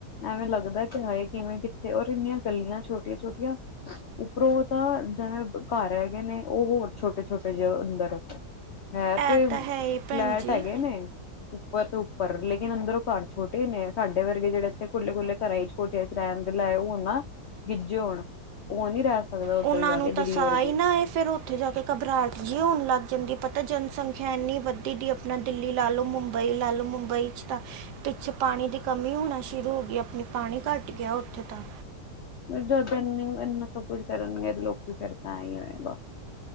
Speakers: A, on the left (about 70°); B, on the right (about 75°).
A: ਐਵੇਂ ਲੱਗਦੇ ਕਿ ਹਾਏ ਕਿਵੇਂ ਕਿੱਥੇ ਔਰ ਇੰਨੀਆਂ ਗੱਲੀਆਂ ਛੋਟੀਆਂ ਛੋਟੀਆਂ। ਉੱਪਰੋਂ ਤਾਂ ਜੇ ਘਰ ਹੈਗੇ ਨੇ ਓ ਹੋਰ ਛੋਟੇ ਛੋਟੇ ਜੇ ਅੰਦਰ। ਹੈ
B: ਇਹ
A: ਤੇ
B: ਤਾਂ
A: ਫਲੈਟ
B: ਹੈ ਹੀ ਭੈਣ ਜੀ
A: ਹੈਗੇ ਨੇ। ਉੱਪਰ ਤੋਂ ਉਪਰ ਲੇਕਿਨ ਅੰਦਰੋਂ ਘਰ ਛੋਟੇ ਨੇ ਸਾਡੇ ਵਰਗੇ ਜੇੜੇ ਏਥੇ ਖੁੱਲੇ-ਖੁੱਲੇ ਘਰਾ ਏਚ ਬੋਤੇ ਟੇਮ ਦੇ ਲਏ ਹੋ ਨਾ ਗਿੱਜੇ ਹੋਣ। ਓ ਨੀ ਰੇ ਸਕਦਾ ਉੱਧਰ
B: ਉਹਨਾਂ
A: ਜਾ
B: ਨੂੰ
A: ਕੇ
B: ਤਾਂ
A: ਦਿੱਲੀ
B: ਸਾਹ
A: ਵਰਗੇ।
B: ਹੀ ਨਾ ਆਏ ਫਿਰ ਉੱਥੇ ਜਾ ਕੇ ਘਬਰਾਹਟ ਚ ਜੀ ਹੋਣ ਲੱਗ ਜਾਂਦੀ ਏ ਪਤਾ ਜਨਸੰਖਿਆ ਏਨੀ ਵੱਧੀ ਦੀ ਆਪਣਾ। ਦਿੱਲੀ ਲਾ ਲਓ ਮੁੰਬਈ ਲਾ ਲਓ ਮੁੰਬਈ ਚ ਤਾਂ ਪਿੱਛੇ ਪਾਣੀ ਦੀ ਕਮੀ ਹੋਣਾ ਸ਼ੁਰੂ ਹੋ ਗਈ ਆਪਣੇ ਪਾਣੀ ਘੱਟ ਗਿਆ ਉੱਥੇ ਤਾਂ।
A: ਜਦ ਏਨਾ ਸਭ ਕੁਛ ਕਰਨਗੇ ਲੋਕੀ ਫਿਰ ਤਾਂਈ ਹੋਏਗਾ।